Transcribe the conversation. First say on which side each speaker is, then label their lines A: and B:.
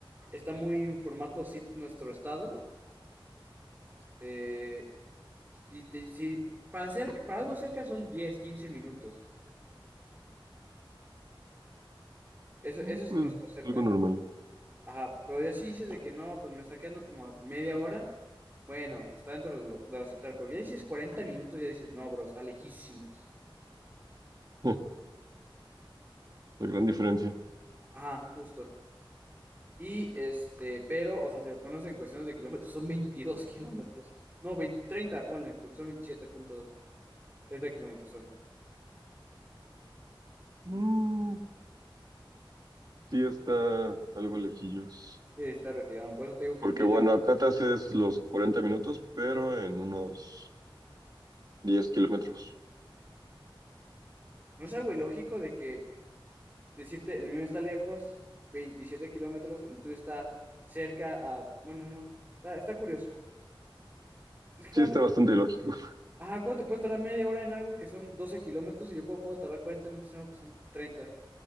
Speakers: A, on the right; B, on the right.
A: está muy en formato zip nuestro estado, este, si- te- si- para, cer- para algo cerca son 10 15 minutos. Eso, eso
B: Ah,
A: es
B: Pues,
A: nuestro cerca.
B: algo normal.
A: Ajá, pero ya si dices de que no, pues me está quedando como a media hora, Bueno, está dentro de lo, de lo aceptable, porque ya dices 40 minutos, ya dices, no, bro, está lejísimos.
B: <laughs> La gran diferencia.
A: Ajá, justo. Y este, pero, o sea, si lo pones en cuestiones de kilómetros, son 22 kilómetros. No, 20 30 ponle, porque son veintisiete punto dos treinta kilómetros son.
B: Mm, sí está algo lejillos.
A: Sí, está retirado. Por eso te digo que
B: Porque
A: media
B: bueno,
A: hora.
B: acá te haces los 40 minutos, pero en unos 10 kilómetros.
A: ¿No es algo ilógico de que decirte, el mío está lejos, 27 kilómetros, el tuyo está cerca a... Bueno, no, está, está curioso. Es que, ¿cómo
B: Sí está
A: te
B: bastante ilógico.
A: Ajá, ¿cómo te puedes tardar media hora en algo que son 12 kilómetros y yo cómo puedo tardar 40 minutos en algo que son treinta